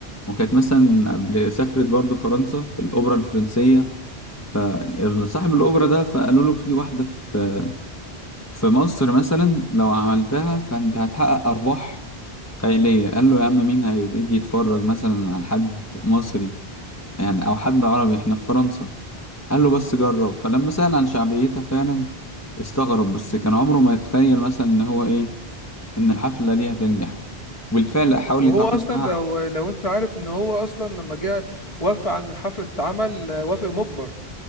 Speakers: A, on the left; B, on the left.
A: وكانت مثلا قبل سافرت برضو فرنسا في الأوبرا الفرنسية فصاحب الأوبرا ده فقالوا له في واحدة في في مصر مثلا لو عملتها فأنت هتحقق أرباح خيالية قال له يا عم مين هيجي يتفرج مثلا على حد مصري يعني أو حد عربي احنا في فرنسا قال له بس جرب فلما سأل عن شعبيتها فعلا استغرب بس كان عمره ما يتخيل مثلا إن هو إيه إن الحفلة دي هتنجح وبالفعل حاول
B: وهو
A: يتعاقد
B: اصلا
A: معاها
B: لو لو انت عارف ان هو اصلا لما جه وافق عن الحفله تتعمل آه، وافق مجبر